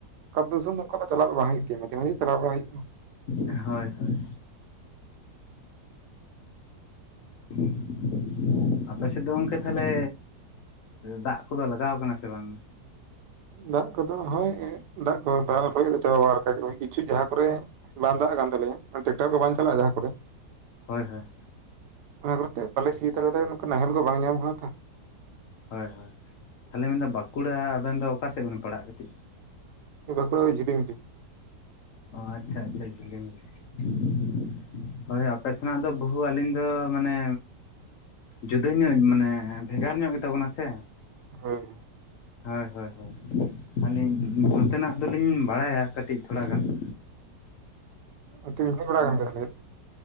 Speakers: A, on the right; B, on the left.
A: ᱚᱠᱟ ᱫᱤᱥᱚᱢ ᱫᱚ ᱚᱝᱠᱟ ᱫᱚ ᱪᱟᱞᱟᱜ ᱫᱚ ᱵᱟᱝ ᱦᱩᱭᱩᱜ ᱜᱤᱭᱟ ᱢᱟᱡᱷᱮ ᱢᱟᱡᱷᱮ ᱪᱟᱞᱟᱣ ᱵᱟᱲᱟ ᱦᱩᱭᱩᱜᱼᱟ ᱾
B: ᱦᱳᱭ ᱦᱳᱭ ᱾ <unintelligible> ᱟᱯᱮ ᱥᱮᱫ ᱫᱚ ᱜᱚᱝᱠᱮ ᱛᱟᱦᱚᱞᱮᱻ ᱫᱟᱜ ᱠᱚᱫᱚ ᱞᱟᱜᱟᱣ ᱠᱟᱱᱟ ᱥᱮ ᱵᱟᱝ?
A: ᱫᱟᱜ ᱠᱚᱫᱚ ᱦᱳᱭ ᱫᱟᱜ ᱠᱚ ᱛᱟᱦᱚᱸ ᱨᱚᱦᱚᱭ ᱫᱚ ᱪᱟᱵᱟ ᱵᱟᱲᱟᱠ ᱞᱮᱠᱟ ᱜᱮ ᱠᱤᱪᱷᱩ ᱡᱟᱦᱟᱸ ᱠᱚᱨᱮ ᱵᱟᱝ ᱫᱟᱜ ᱟᱠᱟᱱ ᱛᱟᱞᱮᱭᱟ ᱚᱱᱛᱮ ᱴᱮᱠᱴᱟᱨ ᱠᱚ ᱵᱟᱝ ᱪᱟᱞᱟᱜᱼᱟ ᱡᱟᱦᱟᱸ ᱠᱚᱨᱮ
B: ᱦᱳᱭ ᱦᱳᱭ ᱾
A: ᱚᱱᱟ ᱠᱟᱨᱚᱱ ᱛᱮ ᱵᱟᱞᱮ ᱥᱤ ᱦᱟᱛᱟᱲ ᱫᱟᱛᱚ ᱚᱱᱠᱟ ᱱᱟᱦᱮᱞ ᱠᱚ ᱵᱟᱝ ᱧᱟᱢ ᱠᱟᱱᱟ ᱛᱚ᱾
B: ᱦᱳᱭ ᱦᱳᱭ ᱛᱟᱦᱚᱞᱮ ᱢᱮᱱᱫᱟ ᱵᱟᱸᱠᱩᱲᱟ ᱟᱵᱮᱱ ᱫᱚ ᱚᱠᱟ ᱥᱮᱫ ᱵᱮᱱ ᱯᱟᱲᱟᱜ ᱠᱟᱹᱴᱤᱡ?
A: ᱳᱭ ᱵᱟᱸᱠᱩᱲᱟ ᱡᱷᱤᱞᱤᱢᱤᱞᱤ ᱾
B: ᱚ ᱟᱪᱪᱷᱟ ᱟᱪᱪᱷᱟ ᱡᱷᱤᱞᱤᱢᱤᱞᱤ ᱾ ᱦᱳᱭ ᱟᱯᱮ ᱥᱮᱱᱟᱜ ᱫᱚ ᱵᱚᱦᱩ ᱟᱹᱞᱤᱧ ᱫᱚ ᱢᱟᱱᱮ ᱡᱩᱫᱟᱹ ᱧᱚᱜ ᱢᱟᱱᱮ ᱵᱷᱮᱜᱟᱨ ᱧᱚᱜ ᱜᱮ ᱛᱟᱵᱚᱱᱟ ᱥᱮ
A: <unintelligible>
B: ᱦᱳᱭ ᱦᱳᱭ ᱦᱳᱭ ᱟᱹᱞᱤᱧ ᱚᱱᱛᱮ ᱱᱟᱜ ᱫᱚᱞᱤᱧ ᱵᱟᱲᱟᱭᱟ ᱠᱟᱹᱴᱤᱡ ᱛᱷᱚᱲᱟ ᱜᱟᱱ ᱾
A: <unintelligible>
B: ᱚᱱᱟᱛᱮ